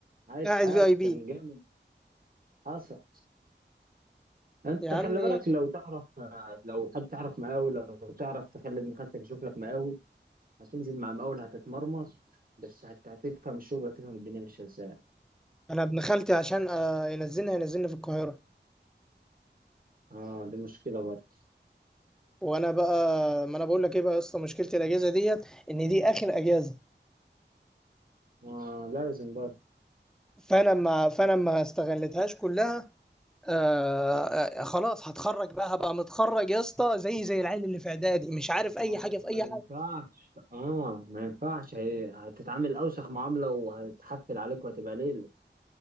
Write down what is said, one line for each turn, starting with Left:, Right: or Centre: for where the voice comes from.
Right: عايش
Centre: قاعد
Right: حياته
Centre: في اي بي
Right: كان جامد حصل انت
Centre: يا
Right: خلي
Centre: عم
Right: بالك لو تعرف لو حد تعرف مقاول لو تعرف تخلي ابن خالتك يشوف لك مقاول هتنزل مع مقاول هتتمرمط بس هت- هتفهم الشغل هتفهم الدنيا ماشيه ازاي
Centre: انا ابن خالتي عشان آه، ينزلني هينزلني في القاهره
Right: اه دي مشكله برضه
Centre: وانا بقى ما انا بقول لك ايه بقى يا اسطى مشكلتي الاجازه ديت ان دي اخر اجازه
Right: اه لازم برضه
Centre: فانا ما فانا ما استغلتهاش كلها آه آه، خلاص هتخرج بقى هبقى متخرج يا اسطى زي زي العيل اللي في اعدادي مش عارف
Right: ما
Centre: اي حاجه في
Right: ما
Centre: اي
Right: ينفعش
Centre: حاجه
Right: اه ما ينفعش هي هتتعامل اوسخ معامله وهتحفل عليك وهتبقى ليله